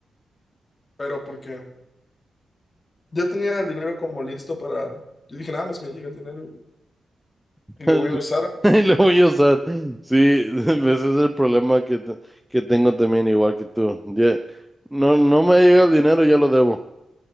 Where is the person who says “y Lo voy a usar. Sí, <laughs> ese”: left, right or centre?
Centre